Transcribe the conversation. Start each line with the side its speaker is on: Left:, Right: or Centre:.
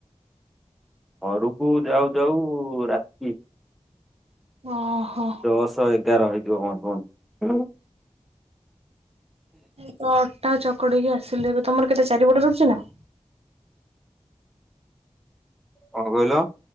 Centre: ଘରକୁ ଯାଉ ଯାଉ ରାତି।
Right: ଓହୋ।
Centre: ଦଶ ଏଗାର ହେଇଯିବ ଘରକୁ
Right: ତ ଅଟା ଚକଡିକି ଆସିଲି ଏବେ ତମର କେତେ ଚାରିପଟ ରୁଟି ନା?
Centre: କଣ କହିଲ?